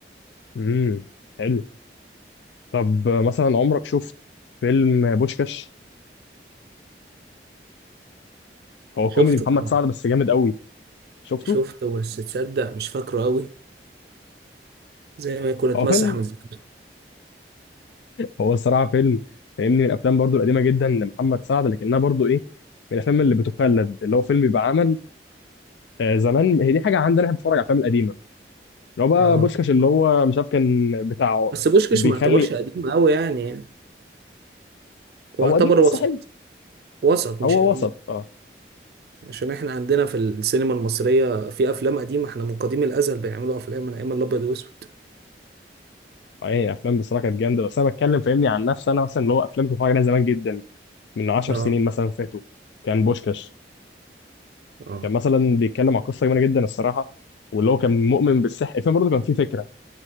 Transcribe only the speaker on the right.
شفته
طبعا
شفته بس تصدق مش فاكره قوي زي ما يكون اتمسح
من ذاكرتي
اه
بس بوشكش
ما يعتبرش قديم قوي يعني هو
يعتبر
وسط
وسط مش
قديم
عشان احنا عندنا في السينما المصريه في افلام قديمه احنا من قديم الازل بيعملوا افلام من ايام الابيض واسود
اه
اه